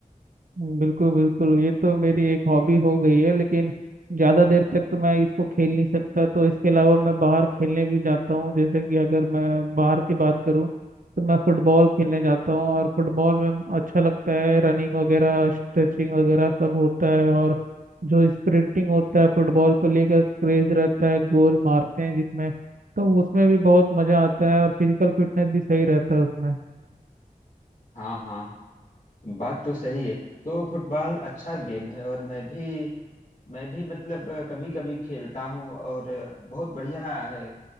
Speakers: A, on the right; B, on the left.
A: हम्म, बिल्कुल बिल्कुल ये तो मेरी एक हॉबी हो गई है लेकिन ज़्यादा देर तक तो मैं इसको खेल नहीं सकता तो इसके अलावा मैं बाहर खेलने भी जाता हूँ जैसे कि अगर मैं बाहर की बात करूँ तो मैं फुटबॉल खेलने जाता हूँ और फुटबॉल में अच्छा लगता है रनिंग वगैरह स्ट्रेचिंग वगैरह सब होता है और जो स्प्रिंटिंग होता है फुटबॉल को लेकर क्रेज रहता है गोल मारते हैं जिसमें तो उसमें भी बहुत मज़ा आता है और फिजिकल फिटनेस भी सही रहता है उसमें
B: हाँ हाँ बात तो सही है तो फुटबॉल अच्छा गेम है और मैं भी मैं भी मतलब कभी कभी खेलता हूँ और बहुत बढ़िया है